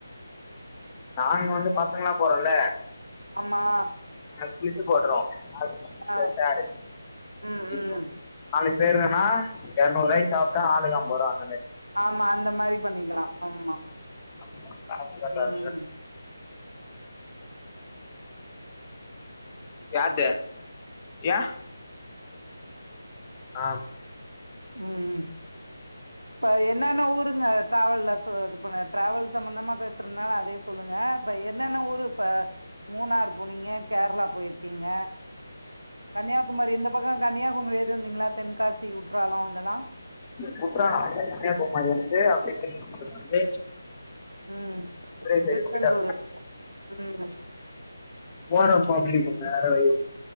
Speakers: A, on the left; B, on the right.
A: நாங்க வந்து பசங்களா போறோல
B: ஆமா
A: <unintelligible> பாக்குறோ ஆ ச்
B: ஆ
A: செரி சாரி
B: ம்
A: இப்ப
B: ம்
A: <inaudible> பேரு வேணா எறநூறுவாய்க்கு சாப்ட்டா ஆளுக்கு ஐம்பதுர்வா
B: ஆமா அந்த மாரி பண்ணிக்கலா ஆமா
A: அப்றோ
B: ம்
A: <inaudible> யார்து யா ஆம்
B: உம் இப்ப என்னன்னா ஊருங்க ட்ராவெல்ல ஷோ இது பண்ண ட்ராவெல்ஸ் சம்பந்தமா பேசுறதுனால அதே சொல்லுங்க இப்ப என்னென்னா ஊரு இப்ப மூணார் போனீங்க கேர்ளா பொய்ருக்கீங்க கன்னியாகுமாரி இந்த பக்க கன்னியாகுமரி இருந்துவந்தீங்ளா தென்காசி றாலோ இதுலா
A: குற்றாலம் வந்து கன்னியாகுமாரி வந்து அப்டி <inaudible> வந்து
B: உம்
A: குதிரை சைடு
B: திருச்செந்தூரு
A: போயிட்டா
B: உம்
A: போறப்போ அப்டி நேரா <inaudible>